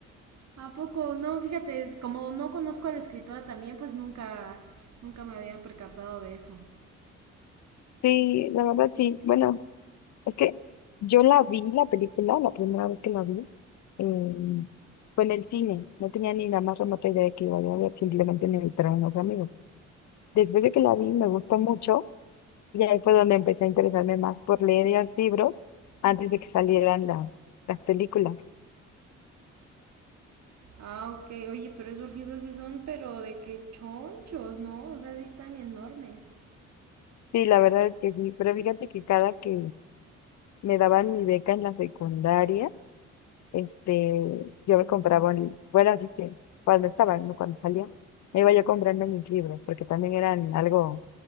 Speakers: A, on the right; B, on the left.
A: ¿A poco? No, fíjate, como no conozco a la escritora también, pues nunca, nunca me había percatado de eso.
B: Sí, la verdad sí. Bueno, es que yo la vi, la película, la primera vez que la vi, em, fue en el cine. No tenía ni la más remota idea de que iba a ver, simplemente me invitaron unos amigos. Después de que la vi, me gustó mucho y ahí fue donde empecé a interesarme más por leer los libros
A: Sí,
B: antes
A: sí.
B: de que salieran las, las películas.
A: Ah, ok, oye, pero esos libros sí son, pero de qué chonchos, ¿no? O sea, sí están enormes.
B: Sí, la verdad es que sí, pero fíjate que cada que me daban mi beca en la secundaria, este, yo me compraba, un- bueno, así que cuando estaba, no cuando salía, me iba yo comprando mis libros, porque también eran algo